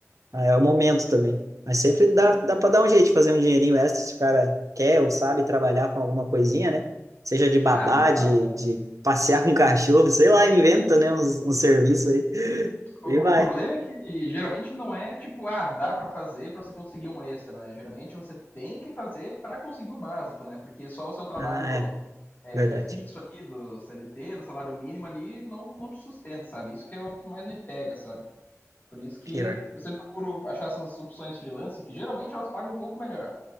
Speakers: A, on the right; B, on the left.
A: aí é o momento também. Mas sempre dá, dá para dar um jeito de fazer um dinheirinho extra se o cara quer ou sabe trabalhar com alguma coisinha, né? Seja de babá,
B: Ah, dá.
A: de, de passear com <laughs> cachorro, sei lá, inventa, né, uns, um serviço aí. <laughs>
B: O, o
A: E vai.
B: problema é que geralmente não é tipo, ah, dá pra fazer pra você conseguir um extra, né? Geralmente você tem que fazer pra conseguir o básico, né? Porque só o seu trabalho
A: Ah, é.
B: é,
A: Verdade.
B: fixo ali do CLT, do salário mínimo ali, não, não te sustenta, sabe? Isso que é o que mais me pega, sabe? Por isso que
A: Pior.
B: eu sempre procuro achar essas opções freelance, que geralmente elas pagam um pouco melhor,